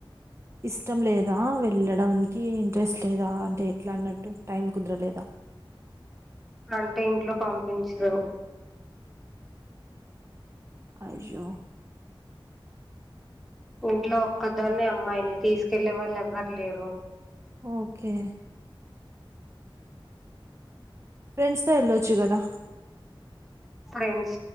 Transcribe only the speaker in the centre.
అంటె ఇంట్లో పంపించ్రు
ఇంట్లో ఒక్కదాన్నే అమ్మాయిని తీసుకెళ్ళ వాళ్ళులెవ్వరు లేరు
ఫ్రెంస్